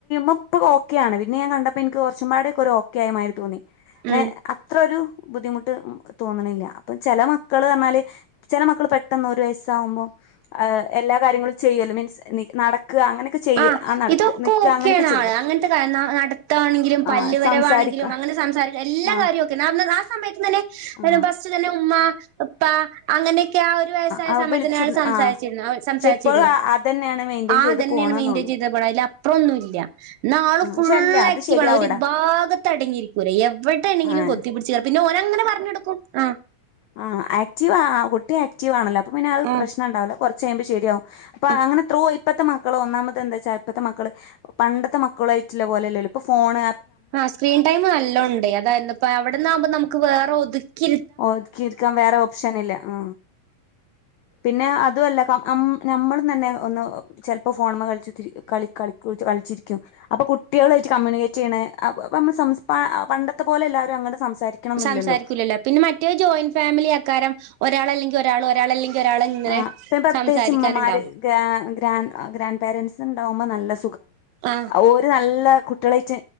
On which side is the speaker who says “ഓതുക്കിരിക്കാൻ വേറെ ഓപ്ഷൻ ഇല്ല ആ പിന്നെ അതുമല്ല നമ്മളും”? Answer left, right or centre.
Left